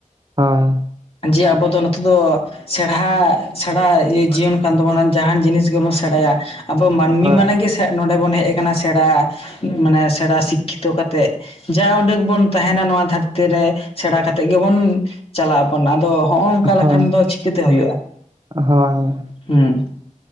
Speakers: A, on the right (about 30°); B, on the left (about 45°).
A: ᱦᱳᱭ
B: ᱡᱮ ᱟᱵᱚ ᱫᱚ ᱱᱚᱛᱮ ᱫᱚ ᱥᱮᱬᱦᱟ ᱥᱟᱬᱟ ᱤᱭᱟᱹ ᱡᱤᱭᱚᱱ ᱠᱟᱱ ᱛᱟᱵᱚ ᱴᱱᱟ ᱡᱟᱦᱟᱱ ᱡᱤᱱᱤᱥ ᱜᱮ ᱵᱚᱱ ᱥᱮᱬᱟ ᱭᱟ ᱟᱵᱚ ᱢᱟᱹᱱᱢᱤ
A: ᱦᱳᱭ
B: ᱢᱟᱱᱮᱜ ᱜᱮ ᱱᱚᱰᱮ ᱵᱚᱱ ᱦᱮᱜ ᱠᱟᱱᱟ ᱥᱮᱬᱟ ᱢᱟᱱᱮ ᱥᱮᱬᱟ ᱥᱤᱠᱷᱤᱛᱚ ᱠᱟᱛᱮᱜ ᱡᱟ ᱩᱸᱰᱟᱝ ᱵᱚᱱ ᱛᱟᱦᱮ ᱱᱟ ᱱᱚᱣᱟ ᱫᱷᱟᱹᱨᱛᱤ ᱨᱮ ᱥᱮᱬᱟ ᱠᱟᱛᱮᱫ ᱜᱮᱵᱚᱱ ᱪᱟᱞᱟᱜᱼᱟ <unintelligible> ᱟᱫᱚ ᱦᱚᱸᱜᱼᱚ ᱱᱚᱝᱠᱟ
A: ᱦᱳᱭ
B: ᱞᱮᱠᱷᱟᱱ ᱫᱚ ᱪᱤᱠᱟᱹᱛᱮ ᱦᱩᱭᱩᱜᱼᱟ,
A: ᱦᱳᱭ
B: ᱦᱩᱸ